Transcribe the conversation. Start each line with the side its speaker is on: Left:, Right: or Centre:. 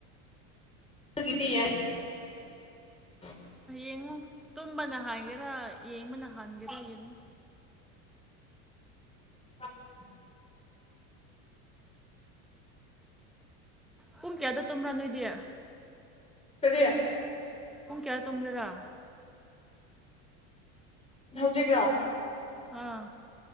Left: ꯍꯪꯒꯗ ꯌꯥꯦ <inaudible> <unintelligible>
Centre: ꯌꯦꯡꯉꯨ ꯇꯨꯝꯕꯅ ꯍꯥꯏꯒꯦꯔꯥ ꯌꯦꯡꯕꯅ ꯍꯟꯒꯦꯔꯥ ꯌꯦꯡꯉꯨ
Left: <unintelligible>
Centre: ꯄꯨꯡ ꯀꯌꯥꯗ ꯇꯨꯝꯕ꯭ꯔꯥ ꯅꯣꯏꯗꯤ
Left: ꯀꯔꯤ
Centre: ꯄꯨꯡ ꯀꯌꯥ ꯇꯨꯝꯒꯦꯔꯥ
Left: ꯍꯧꯖꯤꯛꯂꯥ
Centre: ꯑꯥ